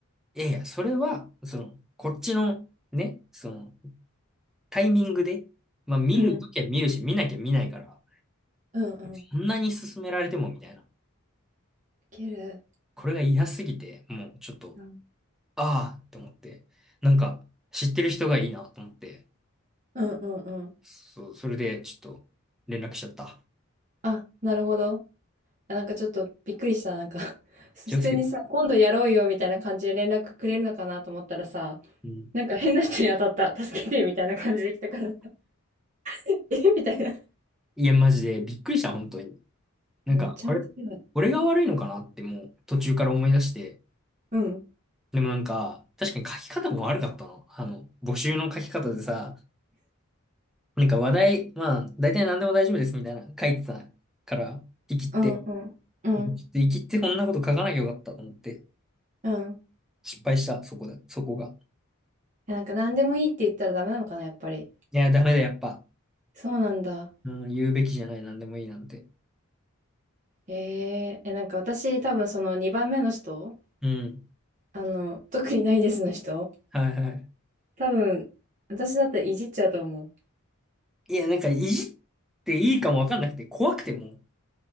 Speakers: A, in the centre; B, on the right.
A: いやいや、それは、その、こっちの、ね、その、タイミングで、まあ見るときは見るし、
B: うん。
A: 見なきゃ見ないから、
B: うんうん。
A: そんなに勧められてもみたいな。
B: いける。
A: これが嫌すぎて、もうちょっと、
B: うん
A: ああって思って、なんか、知ってる人がいいなと思って、
B: うんうんうん。
A: そう、それでちょっと連絡しちゃった。
B: あ、なるほど。あなんかちょっとびっくりした。なんか <laughs> 普通にさ、
A: 気をつけて。
B: 今度やろうよみたいな感じで連絡くれるのかなと思ったらさ、
A: うん。
B: なんか変な人に当たった。助けてみたいな感じで来たから、<laughs> えみたいな。
A: いや、マジでびっくりした、本当に。なんか、
B: え、めっちゃ面白い。
A: あれ、俺が悪いのかなってもう途中から思い出して、
B: うん。
A: でもなんか、確かに書き方も悪かったの。あの、募集の書き方でさ、なんか話題、まあ、大体何でも大丈夫ですみたいな書いてたから、生きって、
B: うん、
A: ち
B: うん、うん、
A: ょっと生きってこんなこと書かなきゃよかったと思って、
B: うん。
A: 失敗した、そこで、そこが。
B: え、なんか何でもいいって言ったらダメなのかな、やっぱり。
A: いや、ダメだ、やっぱ。
B: そうなんだ。
A: うん、言うべきじゃない、何でもいいなんて。
B: えー、え、なんか私多分その2番目の人、
A: うん。
B: あの、特にないですの人、
A: はいはい。
B: 多分私だったらいじっちゃうと思う。
A: いや、なんか、いじっていいかもわかんなくて、怖くても